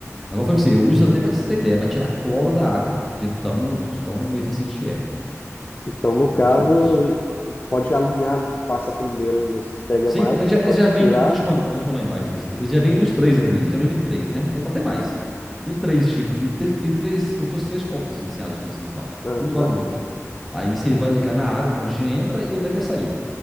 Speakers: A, in the centre; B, on the left.
A: Mas como eu falei com você, eu uso até para te ter ideia, para tirar cloro da água, de tão, de tão eficiente que é.
B: Então no
A: E é
B: caso
A: o que eu uso.
B: pode alinhar, né? Passa primeiro nesse que pega
A: Sim,
B: mais,
A: eles
B: que
A: já,
B: você
A: eles
B: pode
A: já
B: tirar.
A: vêm. Vou te mandar, vou te mandar uma imagem depois. pra você ver. Eles já vêm os três ali. Geralmente vem três, né? Então tá até mais. Vem três, tipo, vem três, vem três, como se fosse três copozinhos, assim, azulzinhos e tal.
B: Aham,
A: Um do lado do outro. Aí você vai ligar na água, o prancha entra e o nego vai sair.